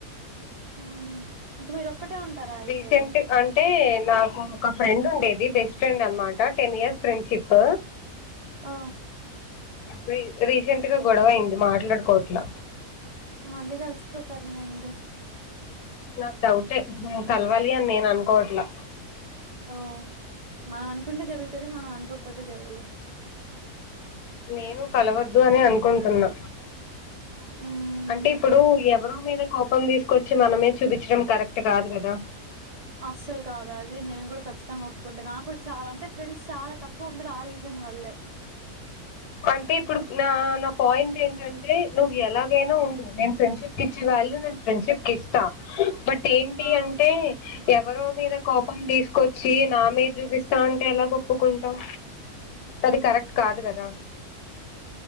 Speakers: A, on the right; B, on the left.
A: ఊ ఇక మీరు ఒక్కటే ఉంటారా అయితే
B: రీసెంట్ అంటే నాకు ఒక ఫ్రెండ్ ఉండేది బెస్ట్ ఫ్రెండ్ అనమాట టెన్ ఇయర్స్ ఫ్రెండ్షిప్
A: అ
B: రీ రీసెంట్ గా గొడవ అయింది మాట్లాడుకోట్లా
A: మళ్ళీ కలిసిపోతారులేండి
B: నాకు డౌటే కలవాలి అని నేను అనుకోవట్లా
A: ఓ మనం అనుకుంటే జరుగుతది మనం అనుకోకపోతే జరగలేదు
B: నేను కలవద్దు అనే అనుకుంటున్నా
A: హ్మ్
B: అంటే ఇప్పుడు ఎవ్ ఎవరు మీద కోపం తీసుకొచ్చి మనమే చూపించడం కరెక్ట్ కాదు కదా
A: అస్సలు కాదా అది నేను కూడా ఖచ్చితంగా ఒప్పుకుంటే నాకు కూడా చాలా అంటే ఫ్రెండ్స్ చాలా తక్కువ ఉండదు ఆ రీజన్ న్ వల్లే
B: అంటే ఇప్పుడు నా నా పాయింట్ ఏంటి టంటే నువ్వు ఎలాగైనా ఉండు నేను ఫ్రెండ్షిప్ ఇచ్చే వాల్యూ నే ఫ్రెండ్షిప్ కి ఇస్తా బట్ ఏంటి
A: ఆ
B: అంటే ఎవరో మీద కోపం తీసుకొచ్చి నా మీద్ చూపిస్తా అంటే ఎలా ఒప్పుకుంటాం అది కరెక్ట్ కాదు కదా